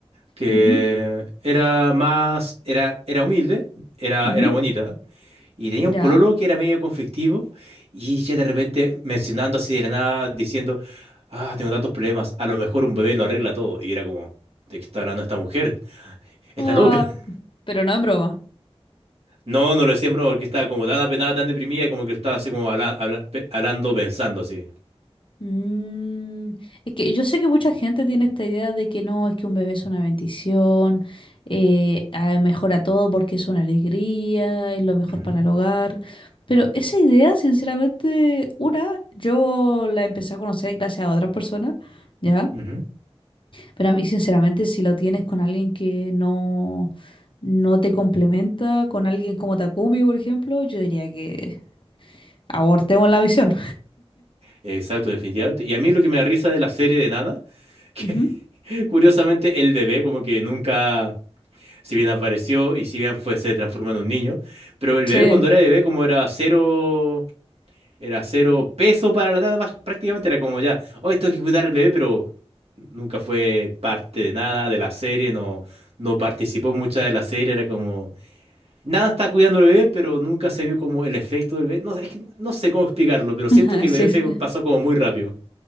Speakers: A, on the right; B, on the left.
A: que
B: ujú,
A: era más, era, era humilde, era,
B: ujú,
A: era bonita, y tenía
B: ya.
A: un pololo que era medio conflictivo, y ella de repente mencionando así de la nada, diciendo, ah, tengo tantos problemas, a lo mejor un bebé lo arregla todo, y era como, ¿de qué está hablando esta mujer? Está
B: O, ah,
A: loca. <laughs>
B: pero no en broma.
A: No, no lo decía en broma, porque estaba como tan apretada, tan deprimida, como que estaba así como habla- habla- pe- hablando, pensando así.
B: Mm, es que yo sé que mucha gente tiene esta idea de que no, es que un bebé es una bendición, eh, ah, mejora todo porque es una alegría, es lo mejor
A: Ujú,
B: para el hogar. Pero esa idea, sinceramente, una, yo la empecé a conocer gracias a otras personas, ¿ya?
A: ujú.
B: Pero a mí, sinceramente, si lo tienes con alguien que no, no te complementa, con alguien como Takumi, por ejemplo, yo diría que abortemos la misión.
A: Exacto, definitivamente. Y a mí lo que me da risa de la serie de Nana, que
B: <laughs> Ujú.
A: <laughs> curiosamente el bebé como que nunca, si bien apareció y si bien fue, se transformó en un niño, pero el
B: Sí,
A: bebé cuando era bebé como era cero, era cero peso para la Nana, prá- prácticamente era como ya, hoy esto hay que cuidar al bebé, pero nunca fue parte de nada de la serie, no, no participó mucha de la serie, era como, nada está cuidando al bebé, pero nunca se vio como el efecto del bebé. No, sé- es que no sé cómo explicarlo, pero
B: <laughs>
A: siento que
B: sí,
A: el bebé
B: sí.
A: fue- pasó como muy rápido.